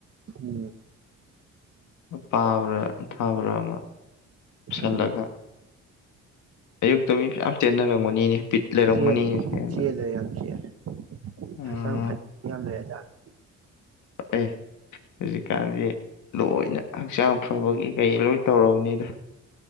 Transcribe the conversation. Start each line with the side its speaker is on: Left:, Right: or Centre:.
Right: ꯎꯝ
Left: ꯑꯄꯥꯕ꯭ꯔꯥ ꯑꯊꯥꯕ꯭ꯔꯥ ꯑꯃ ꯑꯨꯞꯁꯜꯂꯒ
Right: ꯎꯝ
Left: ꯑꯌꯨꯛꯇ ꯃꯤ ꯐꯌꯝ ꯆꯦꯟꯅꯔꯝꯒꯅꯤꯅꯦ ꯕꯤꯠ ꯂꯩꯔꯝꯒꯅꯤꯅꯦ
Right: ꯆꯦꯜ
Left: ꯆꯦꯟꯕꯗ
Right: ꯆꯦꯜꯂꯦ ꯌꯥꯝ ꯆꯦꯜꯂꯦ
Left: ꯑꯥ
Right: ꯍꯛꯆꯥꯡ ꯐꯅꯤꯡ ꯌꯥꯝ ꯂꯩꯔꯥꯖꯅꯦ
Left: ꯑꯦ ꯍꯧꯖꯤꯛꯀꯥꯟꯗꯤ ꯂꯣꯏꯅ ꯍꯛꯆꯥꯡ ꯐꯕꯒꯤ ꯀꯩ ꯂꯣꯏ ꯇꯧꯔꯕꯅꯤꯗ